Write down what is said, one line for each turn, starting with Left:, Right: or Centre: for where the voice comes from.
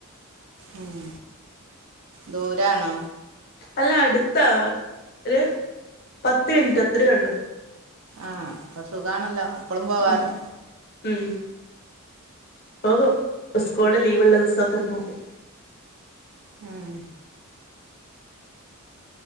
Right: ഉം ദൂരാണോ?
Left: അല്ല അടുത്താ ഒരു പത്ത് മിൻറ്റ് അത്രേ ഒള്ളൂ.
Right: ആഹ് പ്പ സുഖാണല്ലോ എപ്പളും പോവാലോ.
Left: ഉം ഉം പോകു സ്കൂള് ലീവ്ള്ള ദിവസൊക്കെ പോകും.
Right: ഉം.